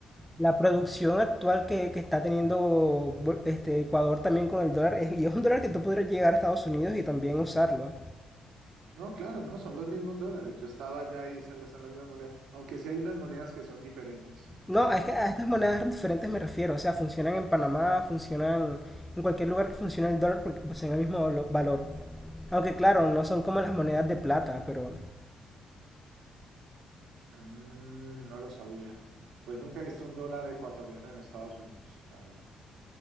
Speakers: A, in the centre; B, on the right.
A: La producción actual que, que está teniendo bu- este Ecuador también con el dólar, es- y es un dólar que tú podrías llegar a Estados Unidos y también usarlo.
B: No, claro, no, son los mismos dólares. Yo estaba allá y se las- son las mismas monedas, aunque sí hay unas monedas que son diferentes,
A: No, es que
B: que
A: a
B: no,
A: estas monedas diferentes me refiero, o sea, funcionan en Panamá, funcionan en cualquier lugar que funcione el dólar porque poseen el mismo valo- valor. Aunque claro, no son como las monedas de plata, pero
B: Mm, no lo sabía. Pues nunca he visto un dólar ecuatoriano en Estados Unidos, la verdad.